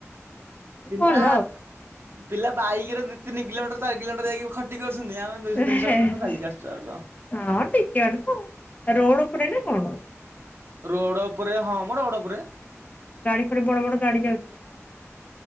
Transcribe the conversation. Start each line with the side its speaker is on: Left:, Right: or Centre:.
Right: ପିଲା
Left: ଭଲ
Right: ପିଲା ବାଇକି ରେ ଦି ତିନି କିଲୋମିଟର ଚାରି କିଲୋମିଟର ଯାଇକି ଖଟି କରୁଛନ୍ତି। ଆମେ
Left: ଆଉ।
Right: ଦୁଇଶହ ତିନିଶହ ମିଟର କ ତାଲିକା ଆସୁ ଆଗ।
Left: ହଁ ଟିକେ ବାଟ ତ ଆଉ, ରୋଡ ଉପରେ ନା କଣ?
Right: ରୋଡ ଉପରେ, ହଁ ମ ରୋଡ ଉପରେ
Left: ଗାଡି ଫାଡି ବଡ ବଡ ଗାଡି ଯାଉଛି।